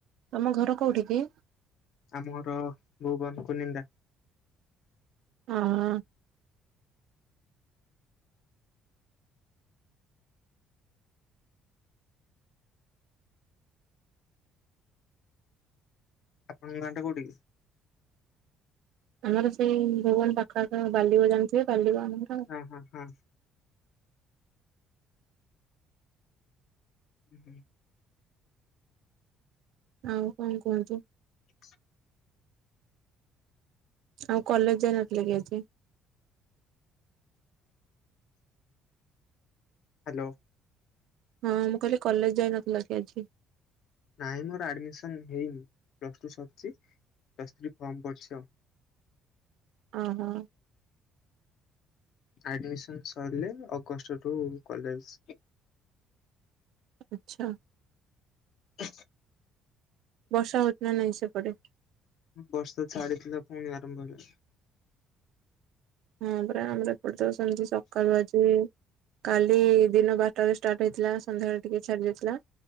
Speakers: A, on the right; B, on the left.
A: ତମ ଘର କୋଉଠି କି?
B: ଆମର ଭୋବାନଙ୍କୁ ନିନ୍ଦା।
A: ହଁ।
B: ତମ ଗାଁ ଟା କୋଉଠିକି?
A: ଆମର ସେଇ ଭୂବନ ପାଖ ଆଖ ବାଲିବ ଜାଣିଥିବେ ବାଲିବ ଠୁ।
B: ହଁ ହଁ ହଁ। ହୁଁ ହୁଁ।
A: ଆଉ କଣ କୁହନ୍ତୁ?
B: ୍
A: ଆଉ କଲେଜ ଯାଇ ନଥିଲ କି ଆଜି?
B: ହ୍ୟାଲୋ।
A: ହଁ ମୁଁ କହିଲି କଲେଜ ଯାଇନଥିଲ କି ଆଜି?
B: ନାଇଁ ମୋର ଆଡମିସନ୍ ହେଇନି ପ୍ଲସ୍ ଟୁ ସରିଚି ପ୍ଲସ୍ ଥ୍ରୀ ଫର୍ମ ପଡ଼ିଚି ଆଉ।
A: ଅ ହଁ।
B: ଆଡମିସନ ସରିଲେ ଅଗଷ୍ଟ ଠୁ କଲେଜ।
A: ଆଛା।
B: ହ
A: ବର୍ଷା ହଉଚି ନା ନାଇଁ ସେପଟେ?
B: ବର୍ଷା ଛାଡିଥିଲା ପୁଣି ଆରମ୍ଭ ହେଲା।
A: ହଁ ପରା ଆମର ଏପଟେ ସେମତି ସକାଳୁ ଆଜି କାଲି ଦିନ ବାରଟାରେ ଷ୍ଟାର୍ଟ ହେଇଥିଲା ସନ୍ଧ୍ୟାବେଳେ ଟିକେ ଛାଡି ଯାଇଥିଲା।